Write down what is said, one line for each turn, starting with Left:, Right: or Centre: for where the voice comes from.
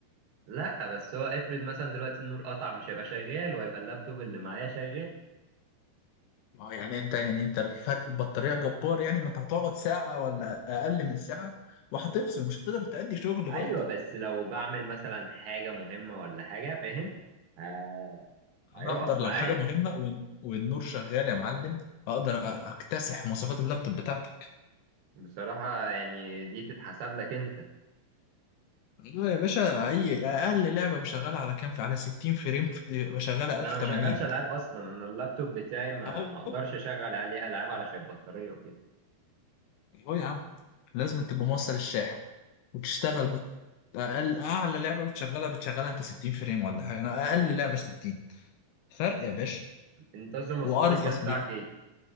Right: لا بس هو افرض مثلا دلوقتي النور قطع مش هيبقى شغال وهيبقى اللابتوب اللي معايا شغال
Left: آه يعني انت يعني انت الفرق البطاريه جبار يعني ما انت هتقعد ساعه ولا اقل من ساعه وهتفصل مش هتقدر تأدي شغل
Right: أيوة
Left: برضه
Right: بس لو بعمل مثلا حاجة مهمة ولا حاجة فاهم آه، هيقف
Left: انا اقدر
Right: معايا
Left: لو حاجه مهمه وال- والنور شغال يا معلم اقدر أ- اكتسح مواصفات اللابتوب بتاعتي
Right: بصراحة يعني دي تتحسب لك انت
Left: لا يا باشا اي اقل لعبه بشغلها على كام في على 60 فريم في- بشغلها
Right: انا
Left: 1080
Right: ما بشغلش العاب اصلا انا اللابتوب بتاعي ما
Left: اهو
Right: ما اقدرش اشغل عليه العاب علشان البطارية وكده
Left: اهو يا عم لازم تبقى موصل الشاحن وتشتغل بال- اقل اعلى لعبه بتشغلها بتشغلها انت 60 فريم ولا حاجه انا اقل لعبه 60 فرق يا باشا
Right: انت اصلا مواصفات
Left: وارخص
Right: الجهاز بتاعك
Left: بك
Right: ايه